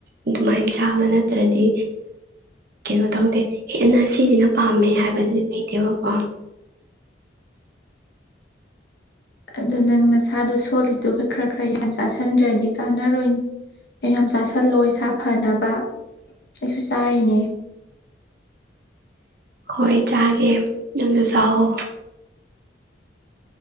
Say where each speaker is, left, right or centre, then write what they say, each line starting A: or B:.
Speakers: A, on the right; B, on the left.
A: ꯑꯗꯨꯃꯥꯏꯅ ꯆꯥꯕ ꯅꯠꯇ꯭ꯔꯗꯤ ꯀꯩꯅꯣ ꯇꯧꯗꯦ ꯍꯦꯟꯅ ꯁꯤꯁꯤꯅ ꯄꯥꯝꯃꯦ ꯍꯥꯏꯕꯗꯨꯗꯤ ꯂꯩꯇꯦꯕꯀꯣ
B: ꯑꯗꯨꯗ ꯅꯪ ꯅꯁꯥꯗꯣ ꯁꯣꯜꯂꯤꯗꯨꯒ ꯈꯔ ꯈꯔ ꯌꯥꯝ ꯆꯥꯥꯁꯟꯗ꯭ꯔꯗꯤ ꯀꯥꯟꯅꯔꯣꯏ ꯌꯥꯝ ꯆꯥꯥꯁꯜꯂꯣ ꯏꯁꯥ ꯐꯅꯕ ꯑꯩꯁꯨ ꯆꯥꯔꯤꯅꯦ
A: ꯍꯣꯏ ꯆꯥꯒꯦ ꯅꯪꯁꯨ ꯆꯥꯎꯋꯣ